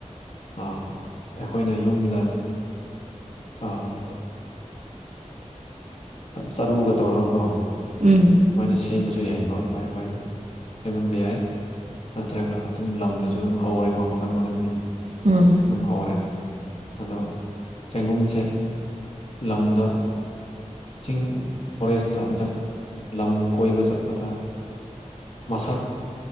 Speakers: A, on the left (about 55°); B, on the right (about 65°).
A: ꯑ ꯑꯩꯈꯣꯏꯅ ꯌꯨꯝꯗ ꯑꯥ ꯆꯔꯨꯒ ꯇꯧꯔꯒꯀꯣ
B: ꯎꯝ ꯎꯝ
A: ꯁꯨꯃꯥꯏꯅ ꯁꯦꯝꯕꯁꯨ ꯌꯥꯏꯀꯣ ꯑꯗꯨꯃꯥꯏꯅ ꯑꯩꯈꯣꯏ ꯁꯦꯝꯍꯟꯕ ꯌꯥꯏ ꯅꯠꯇ꯭ꯔꯒ ꯑꯗꯨꯝ ꯂꯝꯗꯁꯨ ꯑꯗꯨꯝ ꯍꯧꯔꯦꯀꯣ ꯃꯈꯟ ꯃꯈꯟꯒꯤ
B: ꯎꯝ ꯎꯝ
A: ꯑꯗꯨꯝ ꯍꯧꯔꯦ ꯑꯗꯣ ꯆꯦꯡꯒꯨꯝꯁꯦ ꯂꯝꯗ ꯆꯤꯡ ꯐꯣꯔꯦꯁꯇ ꯖ ꯂꯝ ꯀꯣꯏꯕ ꯆꯠꯄꯗ ꯃꯁꯛ